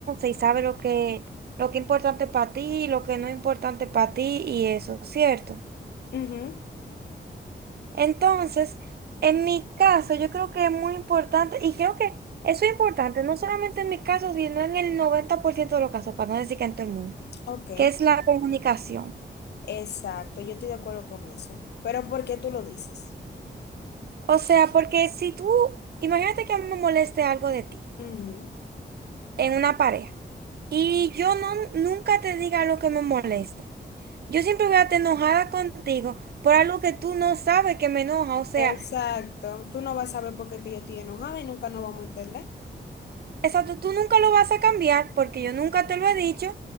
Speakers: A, on the right; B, on the left.
A: y sabe lo que, lo que es importante para ti, lo que no es importante para ti y eso, ¿cierto?
B: Ujú,
A: Entonces, en mi caso, yo creo que es muy importante, y creo que eso es importante, no solamente en mi caso, sino en el 90% de los casos, para no decir que en todo el mundo,
B: Ok,
A: que es la comunicación.
B: exacto, yo estoy de acuerdo con eso. Pero ¿por qué tú lo dices?
A: O sea, porque si tú, imagínate que a mí me moleste algo de ti
B: Ujú,
A: en una pareja, y yo no, nunca te diga lo que me molesta. Yo siempre voy a estar enojada contigo por algo que tú no sabes que me enoja. O sea,
B: Exacto, tú no vas a saber por qué que yo estoy enojada y nunca nos vamos a entender.
A: Exacto, tú nunca lo vas a cambiar porque yo nunca te lo he dicho.